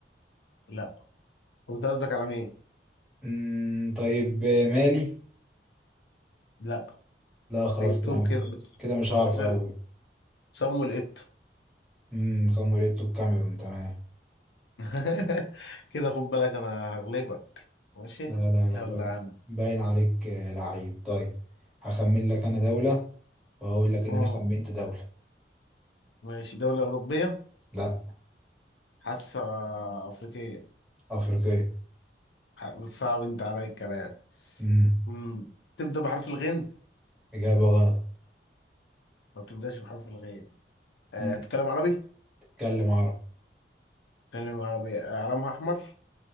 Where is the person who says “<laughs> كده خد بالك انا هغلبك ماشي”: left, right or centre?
Left